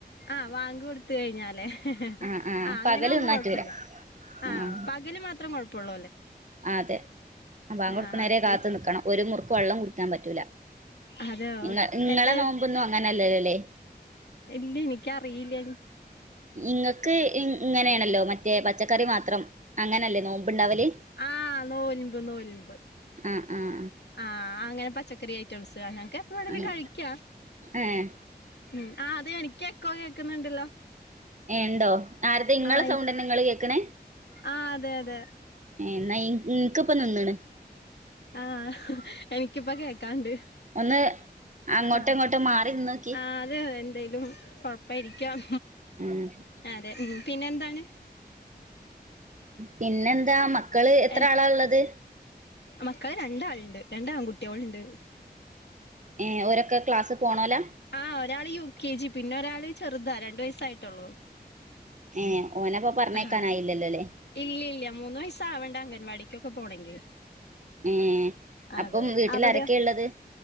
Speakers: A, on the left; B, on the right.
A: ആ വാങ്ക് കൊടുത്ത കഴിഞ്ഞാലേ
B: ആഹ് ആഹ്
A: ആ അങ്ങനൊവവുമ്പോ
B: പകല് തിന്നാറ്റൂല
A: കൊഴപ്പില്ല ആ
B: ആഹ്
A: പകല് മാത്രം കുഴപ്പള്ളൂ
B: അതെ പാ കൊടുക്കുന്നേരെ
A: ആഹ് എനിക്ക്
B: കാത്തു നിക്കണം ഒരു മുറുക്ക് വെള്ളം കുടിക്കാൻ പറ്റൂല
A: അതെ
B: നിങ്ങ നിങ്ങളെ
A: എത്
B: നോമ്പോന്നും അങ്ങനെല്ലല്ലോ അല്ലേ
A: ഇല്ല എനിക്കറിയില്ല
B: നിങ്ങൾക്ക് ഇങ്ങനെയാണല്ലോ മറ്റേ പച്ചക്കറി മാത്രം അങ്ങനെയല്ലേ നോ മ്പ് ണ്ടാവല്
A: ആ നോൽമ്പ് നോൽമ്പ്
B: ആ ആആ
A: ആ അങ്ങനെ പച്ചക്കറി ഐറ്റംസ് അങ്ങൊക്കെ എപ്പ എന്തെലും
B: ആഹ്
A: കഴിക്കാ
B: ഏഹ്
A: ഉ ആ അത് എനിക്ക എക്കോ കേക്കുന്നുണ്ടല്ലോ
B: ണ്ടോ ആരത്തെ ഇങ്ങളെ
A: ആഹ്
B: സൗണ്ട്ന്നെ നിങ്ങൾ കേക്കണേ
A: ആഹ് അതെ അതെ
B: എന്നാ ഇൻക്ക് ഇപ്പ നിന്നണ്
A: ആ എനിക്കിപ്പ കേക്കാണ്ട്
B: ഒന്ന് അങ്ങോട്ടോ
A: ആ
B: ഇങ്ങോട്ടോ മാറി നിന്നോക്കി
A: ആ അതെതെ എന്തേലും കൊഴപ്പായിരിക്കാം
B: ഉം <unintelligible>
A: അതെ ഉ പിന്നെ എന്താണ്
B: പിന്നെന്താ മക്കള് എത്ര
A: എ
B: ആളാ ഉള്ളത്
A: മക്കള് രണ്ടാളുണ്ട് രണ്ട ആൺകുട്ടികളുണ്ട്
B: ഏ ഓരൊക്കെ ക്ലാസ് പോണലോ
A: ആഹഒരാള് യു കെ ജി പിന്നെ ഒരാള് ചെറുതാ രണ്ട വയസായിട്ടുള്ളു
B: ഏ <unintelligible> പറഞ്ഞേക്കാനായില്ലല്ലോ
A: ആ
B: അല്ലേ
A: ഇല്ല ഇല്ല മൂന്ന് വയസ ആവണ്ട അംഗൻവാടിക്കൊക്കെ പോണമെങ്കിൽ
B: ഏ അപ്പം
A: അതെ
B: വീട്ടിൽ
A: അവിടെയ
B: ആരൊക്കെയ ഉള്ളത്